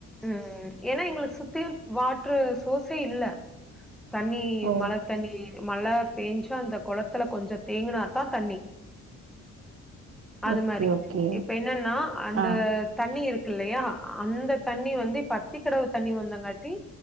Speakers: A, in the centre; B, on the right.
A: ம் ஏன்னா எங்களை சுத்தியும் வாட்ரு சோர்ஸே இல்ல தண்ணி
B: ஓ
A: மழை தண்ணி மழை பேஞ்சா அந்த குளத்துல கொஞ்சோ தேங்குனாதா தண்ணி அது
B: ஓகே
A: மாரி
B: ஓகே
A: இப்ப என்னன்னா அந்த
B: ஆ
A: தண்ணி இருக்கு இல்லையா அந்த தண்ணி வந்து பத்தி கடவு தண்ணி வந்தங்காட்டி